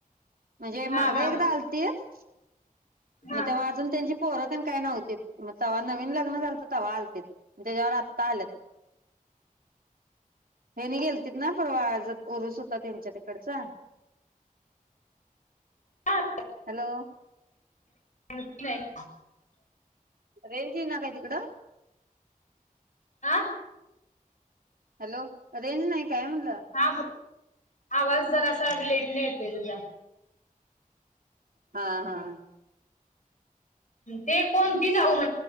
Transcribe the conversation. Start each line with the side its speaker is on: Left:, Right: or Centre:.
Right: म्हणजे
Left: हा
Right: मागा
Left: हा
Right: एकदा आलतीत मग
Left: हा
Right: तेव्हा अजून त्यांची पोरतेन काय नव्हती मग तेव्हा नवीन लग्न झालं तर तवा आलतीत त्याच्यावर आत्ता आल्यात. हेनी गेलत ना परवा उरुस होता त्यांच्या तिकडचा.
Left: हा
Right: हॅलो
Left: <unintelligible>
Right: रेंज ईना काय तिकडं?
Left: आं
Right: हॅलो रेंज नाही काय म्हणलं?
Left: हा आवाज जरासा ब् लेट न येतोय तुझा.
Right: हां-हां
Left: ते कोणती जाऊ म